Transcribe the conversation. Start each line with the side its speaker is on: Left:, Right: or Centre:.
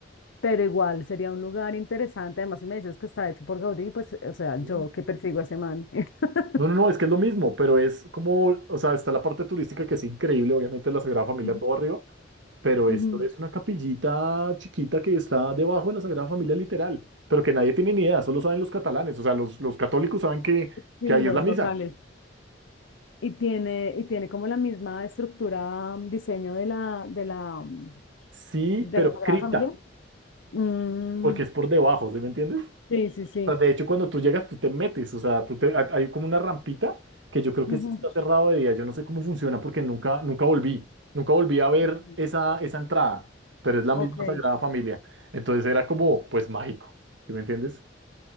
Left: Pero igual sería un lugar interesante. Además, si me dices que está hecho por Gaudí, pues, o sea,
Right: Sí.
Left: yo que persigo a ese man. <laughs>
Right: No, no, no, es que es lo mismo, pero es como, o sea, está la parte turística que es increíble, obviamente la Sagrada Familia
Left: Ujú.
Right: todo arriba, pero
Left: Ujú.
Right: esto es una capillita chiquita que está debajo de la Sagrada Familia literal, pero que nadie tiene ni idea, solo saben los catalanes, o sea, los, los católicos saben que,
Left: Sí,
Right: que ahí
Left: los
Right: es la misa.
Left: locales. Y tiene, y tiene como la misma estructura, mm, diseño de la, de la, mm,
Right: Sí,
Left: de
Right: pero
Left: la Sagrada
Right: cripta,
Left: Familia. Mm,
Right: porque es por debajo, ¿sí me entiendes?
Left: sí, sí, sí.
Right: sea, de hecho, cuando tú llegas, tú te metes, o sea, tú te, hay hay como una rampita que yo creo
Left: Ujú,
Right: que esto está cerrado de día. Yo no sé cómo funciona porque nunca, nunca volví, nunca volví a ver
Left: Ok,
Right: esa, esa entrada, pero es la
Left: ok.
Right: misma Sagrada Familia. Entonces era como, pues mágico, ¿sí me entiendes?